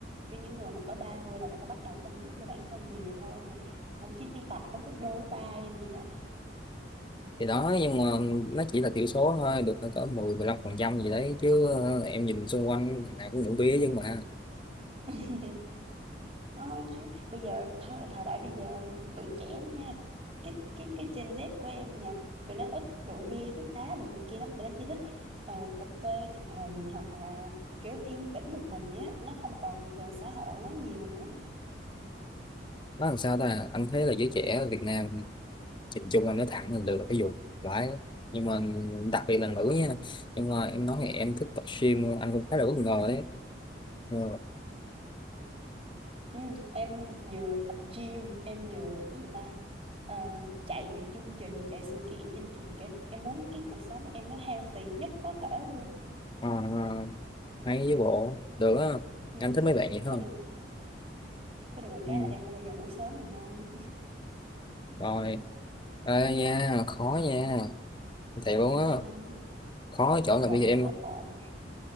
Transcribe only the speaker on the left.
thì đó nhưng mà nó chỉ là thiểu số thôi được có mười mười lăm phần trăm gì đấy chứ ờ, em nhìn xung quanh thằng nào cũng uống bía nhưng mà
nó làm sao ta anh thấy là giới trẻ ở Việt Nam nhìn chung anh nói thẳng là được ví dụ phải nhưng mà đặc biệt là nữ nha nhưng mà em nói thì em thích tập gym anh cũng khá là bất ngờ đấy ừ.
à, hay với bộ được á
anh thích mấy bạn vậy không
ừ.
rồi Ê nha khó nha thiệt
luôn á
khó ở chỗ
là bây giờ em